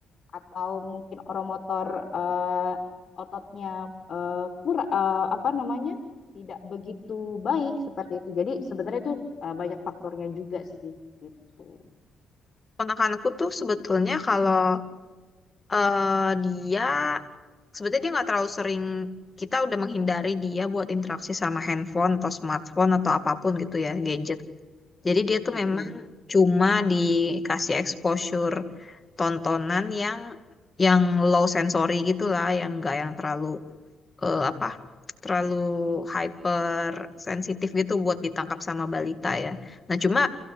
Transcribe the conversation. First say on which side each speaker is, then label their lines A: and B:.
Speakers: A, on the left (about 45°); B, on the left (about 25°).
A: atau mungkin oromotor eh, ototnya eh, kurang eh, apa namanya? tidak begitu baik seperti itu. Jadi sebenarnya itu eh, banyak faktornya juga sih gitu.
B: Ponakanku tuh sebetulnya kalau eh, dia sebetulnya dia nggak terlalu sering kita udah menghindari dia buat interaksi sama handphone atau smartphone atau apapun gitu ya, gadget. Jadi dia tuh
A: Mm-mm.
B: memang cuma dikasih exposure tontonan yang yang low sensory gitulah yang nggak yang terlalu eh, apa terlalu hyper sensitif gitu buat ditangkap sama balita ya. Nah, cuma